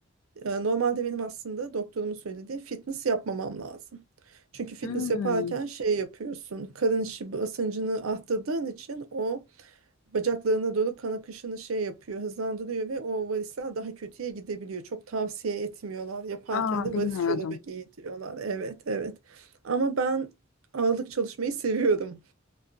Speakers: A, on the right (about 80°); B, on the left (about 75°).
A: e, normalde benim aslında doktorumun söylediği fitness yapmamam lazım. Çünkü fitness
B: Hmm.
A: yaparken şey yapıyorsun. Karın içi basıncını arttırdığın için o bacaklarına doğru kan akışını şey yapıyor, hızlandırıyor ve o varisler daha kötüye gidebiliyor. Çok tavsiye etmiyorlar. Yaparken
B: Aa,
A: de
B: bilmiyordum.
A: varis çorabı giy diyorlar. Evet, evet. Ama ben ağırlık çalışmayı seviyorum.